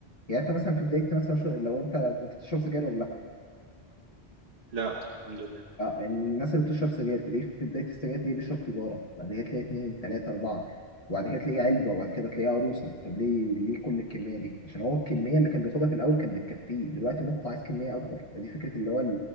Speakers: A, on the left (about 35°); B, on the right (about 70°).
A: يعني انت مثلا في بدايه مثلا شو... لو انت انت بتشرب سجاير ولا لا
B: لا الحمد لله
A: آه يعني الناس اللي بتشرب سجاير تلاقيه في بدايه السجاير تلاقيه بيشرب سيجاره بعد كده تلاقيه اتنين تلاته اربعه وبعد كده تلاقيه علبه وبعد كده تلاقيه عروسه طب ليه ليه كل الكميه دي عشان هو الكميه اللي كان بياخدها في الاول كان بتكفيه دلوقتي مخه عايز كميه اكبر دي فكره اللي هو